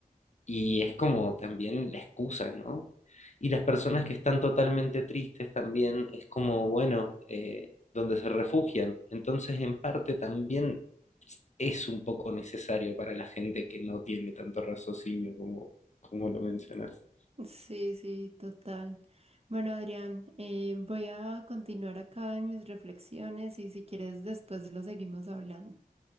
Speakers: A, on the left; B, on the right.
A: y es como también la excusa, ¿no? Y las personas que están totalmente tristes también es como, bueno, eh, donde se refugian. Entonces, en parte también es un poco necesario para la gente que no tiene tanto raciocinio como, como lo mencionas.
B: Sí, sí, total. Bueno, Adrián, eh, voy a continuar acá en mis reflexiones y si quieres después lo seguimos hablando.